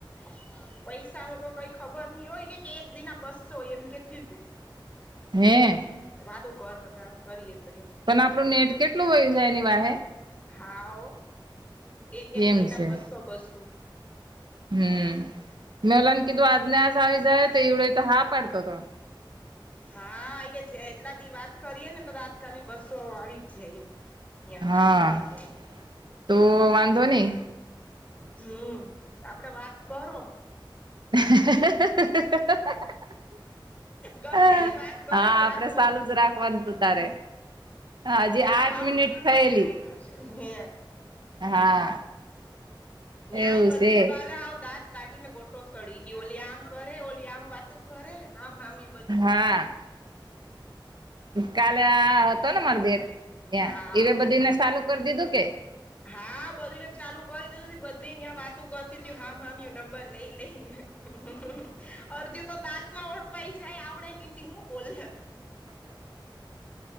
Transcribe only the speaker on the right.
હ
પણ આપણું નેટ કેટલું વય્યું છે, એની વાહે
એમ
છે
હમ મે ઓલાને
કીધું આજને આસ આવી આવી જાય તો એવડે તો હા પાડતો હતો. <inaudible>
હા
તો વાંધો, નહી.
<inaudible>
હા
આપડે
ચાલુ જ રાખવાનું તું તારે હજી
આઠ
મિનિટ થયેલી
હા
એવું
છે
હા કાલે આ હતો, ને મારી દેર ત્યાં
એવે બધીને સાલું કરી દીધુ કે